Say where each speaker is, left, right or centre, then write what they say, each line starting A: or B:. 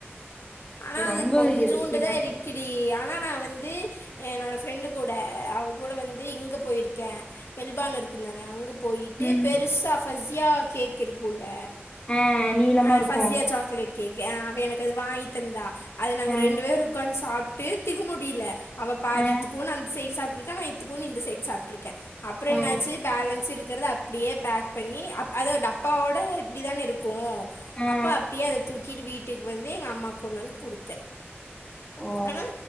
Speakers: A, on the left; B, on the left.
A: ஆனா
B: ரொம்ப
A: அது கொஞ்சூண்டு
B: ஸ்வீட்டா
A: தா
B: இருக்கு
A: இருக் கிடி ஆனா நா வந்து என்னோட ஃப்ரெண்டு கூட அவ கூட வந்து இங்க போயிருக்க மெல்பார்ன் இருக்குந்தான அங்க போயிட்டு
B: ம்
A: பெருசா ஃபஸியா கேக் இருக்குல்ல
B: ஆ நீளமா
A: ஆ
B: இருக்கு
A: ஃபஜியா சாக்லேட் கேக்கு ஆ அவ எனக்கு அது வாங்கித்தந்தா அது நாங்க
B: ஆ
A: ரெண்டு பேரு உக்காந் சாப்ட்டு திகு முடில அவ பாதி
B: ஆ
A: இத்துக்குனு அந்த சைடு சாப்ட்ருக்கா நா இத்துக்குனு இந்தசைடு சாப்ட்ருக்க அப்றோ
B: ஆ
A: என்னாச்சு பேலன்ஸ் இருக்கிறது அப்படியே பேக் பண்ணி அப் அத டப்பாவோட இப்டிதான இருக்கு
B: ஆ
A: அப்போ அப்டியே அத தூக்கிட்டு வீட்டுக்கு வந்து எங்க அம்மாக் கொண்ணாந்து குடுத்த
B: ஓ
A: ஆனா